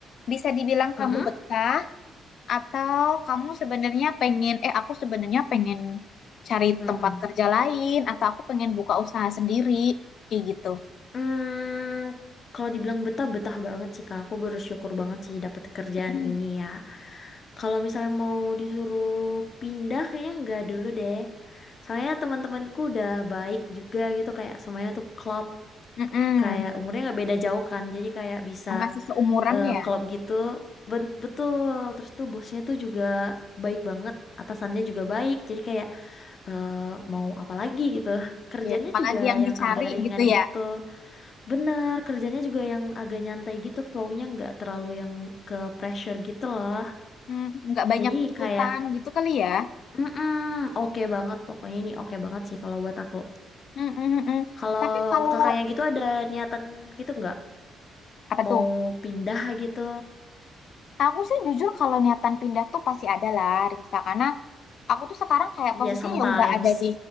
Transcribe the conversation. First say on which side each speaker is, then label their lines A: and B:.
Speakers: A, on the left (about 65°); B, on the left (about 45°).
A: bisa dibilang
B: Mm-mm,
A: kamu
B: mm-mm.
A: betah Atau kamu sebenarnya pengen, eh aku sebenarnya pengen cari
B: Hmm,
A: tempat
B: hmm? Hmm, hmm.
A: kerja lain, atau aku pengen buka usaha sendiri, kayak gitu.
B: Hmm, kalau dibilang betah, betah banget sih Kak. Aku bersyukur banget sih dapat kerjaan
A: Mm.
B: ini ya. Kalau misalnya mau disuruh pindah, kayaknya enggak dulu deh. Soalnya teman-temanku udah baik juga gitu, kayak semuanya tuh klop.
A: Mm-mm.
B: Kayak umurnya nggak beda jauh kan, jadi kayak bisa
A: Masih seumuran
B: eh,
A: ya,
B: klop gitu. Ben- betul. Terus tuh bosnya tuh juga baik banget, atasannya juga baik. Jadi kayak eh, mau apa lagi gitu. Kerjanya
A: Iya. Apalagi
B: juga
A: yang
B: yang
A: dicari
B: agak ringan
A: gitu ya,
B: gitu. Benar, kerjanya juga yang agak nyantai gitu, flow-nya nggak terlalu yang ke pressure gitu loh.
A: Mm, nggak banyak
B: Jadi
A: tuntutan
B: kayak,
A: gitu kali ya.
B: mm oke banget, pokoknya ini oke banget sih kalau buat aku.
A: Mm-mm-mm.
B: Kalau
A: Tapi kalau
B: kakaknya gitu ada niatan gitu nggak?
A: apa
B: Mau
A: tuh?
B: pindah gitu?
A: Aku sih jujur kalau niatan pindah tuh pasti ada lah, Risa. Karena aku tuh sekarang kayak
B: Iya,
A: posisinya
B: sometimes.
A: ya udah ada di